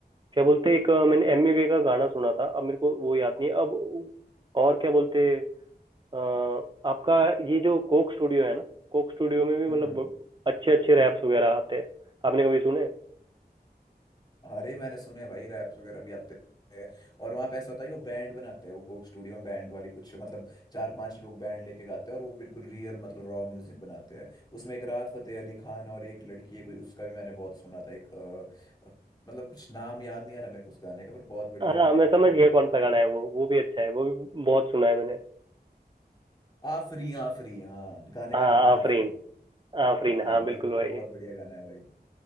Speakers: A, on the right (about 30°); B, on the left (about 25°).
A: क्या बोलते हैं, एक अ, मैंने एमी वे का गाना सुना था अब मेरे को वो याद नहीं है अब और क्या बोलते हैं, अ, आपका ये जो कोक स्टूडियो है ना कोक स्टूडियो में भी
B: हम्म
A: मतलब
B: हम्म,
A: अच्छे अच्छे रैप्स वगैरह आते हैं आपने कभी सुने
B: अरे मैंने सुने हैं भाई रैप्स वगैरह भी आते हैं और वहाँ पे ऐसा होता है वो बैंड बनाते हैं वो कोक स्टूडियो में बैंड वाली कुछ मतलब चार पांच लोग बैंड लेके गाते हैं और वो बिल्कुल रियल मतलब रॉ म्यूजिक बनाते हैं उसमें एक राहत फतेह अली खान और एक लड़की है कोई उसका भी मैंने बहुत सुना था एक अ, अ, मतलब कुछ नाम याद नहीं आ रहा मेरे को उस गाने का पर बहुत बढ़िया
A: हाँ
B: गाने
A: मैं
B: गाए
A: समझ
B: भाई उन्होंने
A: गया कौन सा गाना है वो वो भी अच्छा है वो भी बहुत सुना है मैंने
B: आफरी आफरी हाँ गाने
A: हाँ
B: का नाम है
A: आफरीन
B: आफरी
A: आफरीन
B: हाँ
A: हाँ बिल्कुल
B: भाई वो
A: भाई
B: भी बहुत बढ़िया गाना है भाई